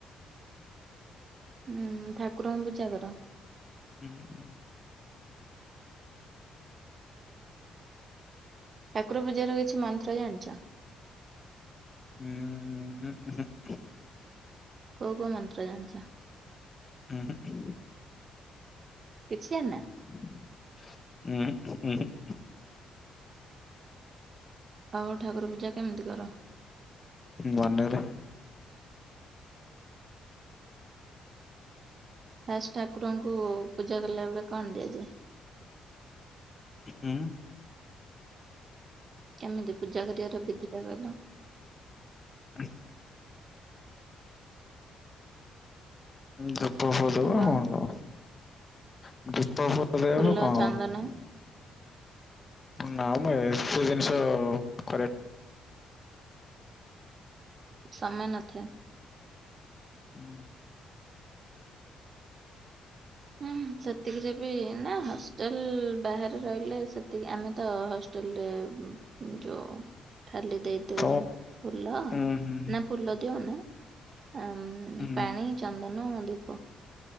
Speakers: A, on the right; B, on the left.
A: ହୁଁ ଠାକୁରଙ୍କୁ ପୂଜା କର?
B: ହୁଁ ହୁଁ।
A: ଠାକୁର ପୂଜାର କିଛି ମନ୍ତ୍ର ଜାଣିଛ?
B: ଉଁ ହୁଁ ଉହୁଁ।
A: କୋଉ କୋଉ ମନ୍ତ୍ର ଜାଣିଚ?
B: ଉଁ ହୁଁ।
A: କିଛି ଜାଣିନ?
B: ଉହୁଁ ଉହୁଁ।
A: ଆଉ ଠାକୁର ପୂଜା କେମିତି କର?
B: ମନେରେ।
A: ଫାଷ୍ଟ ଠାକୁରଙ୍କୁ ପୂଜା କଲା ବେଳେ କଣ ଦିଆଯାଏ?
B: ହୁଁ।
A: କେମିତି ପୂଜା କରିବାର ବିଧି ଟା କହିଲ।
B: ହଁ ଧୂପ ଫୁପ ଦବ
A: ହାଲୋ
B: କଣ <unintelligible> <unintelligible>
A: ଫୁଲ ଚନ୍ଦନ
B: ନା ମୁଁ ଏୁ ଜିନିଷ କରେ
A: ସମୟ ନଥାଏ।
B: ହୁଁ।
A: ହୁଁ ସେତିକିରେ ବି ନା ହଉ। ହଷ୍ଟେଲ ବାହାରେ ରହିଲେ ସେତିକି ଆମେ ତ ହଷ୍ଟେଲରେ ଯଉ ଖାଲି ଦେଇଦଉ
B: ତ
A: ଫୁଲ
B: ହୁଁ ହୁଁ
A: ନା ଫୁଲ ଦିଅ ନା ଆ
B: ହୁଁ
A: ପାଣି ଚନ୍ଦନ ଧୂପ।